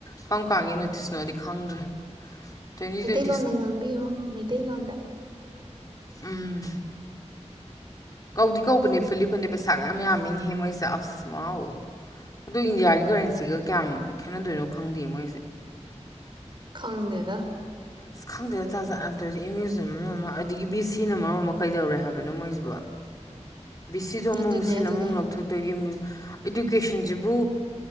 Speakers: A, on the left (about 30°); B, on the right (about 40°).
A: ꯀꯔꯝ ꯀꯥꯟꯒꯤꯅꯣ ꯅꯣꯇꯤꯁꯅꯣꯗꯤ ꯈꯪꯗ꯭ꯔꯦ ꯇꯋꯦꯟꯇꯝ ꯇꯋꯦꯟ
B: ꯃꯩꯇꯩꯩ ꯂꯣꯟꯣꯟꯗ ꯉꯥꯡꯕꯤꯌꯣ ꯃꯩꯇꯩꯂꯣꯟꯗ
A: ꯎꯝ ꯀꯧꯗꯤ ꯀꯧꯕꯅꯦ ꯐꯨꯂꯤꯞ ꯐꯟꯗꯦ ꯄꯩꯁꯥꯒ ꯃꯌꯥꯝ ꯌꯥꯝꯃꯤꯅꯤꯍꯦ ꯃꯣꯏꯁꯦ ꯑꯁ ꯋꯥꯎ ꯑꯗꯨ ꯏꯟꯗꯤꯌꯥꯒꯤꯒ ꯀꯔꯦꯟꯁꯤꯒ ꯀꯌꯥꯝ ꯈꯦꯠꯅꯗꯣꯏꯅꯣ ꯈꯪꯗꯤꯌꯦ ꯃꯣꯏꯖꯦ
B: ꯈꯪꯗꯦꯗ
A: ꯑꯁ ꯈꯪꯗꯦ ꯖꯥꯖꯠ ꯌꯥꯝ ꯇꯧꯋꯤꯗ ꯑꯦꯝ ꯏꯌꯨꯁꯤꯗꯅ ꯃꯔꯣꯟ ꯑꯃ ꯑꯗꯒꯤ ꯕꯤ ꯑꯦꯁꯤꯅ ꯃꯔꯣꯝ ꯑꯃ ꯀꯩꯗꯧꯔꯦ ꯍꯥꯏꯕꯅꯣ ꯃꯣꯏꯖꯤꯕꯣ ꯕꯤꯁꯤꯗꯣ ꯑꯃꯃꯨꯛ
B: ꯑꯗꯨꯅꯦ
A: ꯁꯤꯜ
B: ꯑꯗꯨꯅꯦ
A: ꯑꯃꯃꯨꯛ ꯂꯧꯊꯣꯛꯇꯣꯏꯒꯤ ꯏꯗꯨꯀꯦꯁꯟꯖꯤꯕꯨ